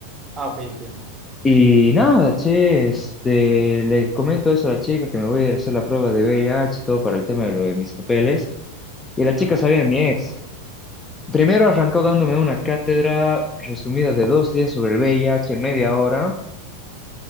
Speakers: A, on the right; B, on the left.
A: Ah, ok, entiendo.
B: Y nada, che, este, le comento eso a la chica que me voy a ir a hacer la prueba de V I H todo para el tema de lo de mis papeles. Y la chica
A: Ajá.
B: sabía de mi ex. Primero arrancó dándome una cátedra resumida de dos días sobre el V I H en media hora